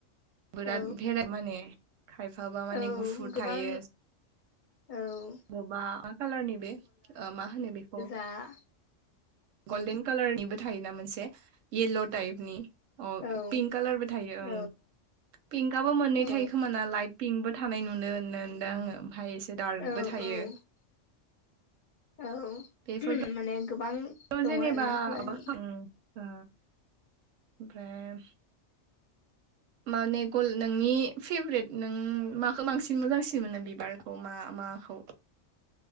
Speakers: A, on the right; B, on the left.
A: बिराद
B: औ
A: भेरा माने खायफाबा माने
B: औ
A: गुफुर
B: गोबां
A: थायो
B: औ
A: बबेबा मा कालारनि बे मा होनो बेखौ
B: दा
A: गल्डेन कालार निबो थायोना मोनसे येल्ल' टाइपनि अ
B: औ
A: पिंक कालारबो थायो
B: औ
A: ओं पिंकआबो मोननै
B: औ
A: थायो खोमा ना लाइट पिंकबो थानाय नुनो नोदों आङो ओमफ्राय एसे दार्कबो
B: औ
A: थायो
B: औ औ
A: बेफोरथ'
B: माने गोबां दङ
A: जेनेबा
B: आरोना खालारनि
A: माबा खालामो ओमफ्राय माने गल नोंनि फेभरेट नों माखौ बांसिन मोजांसिन मोनो बिबार खौ मा माखौ?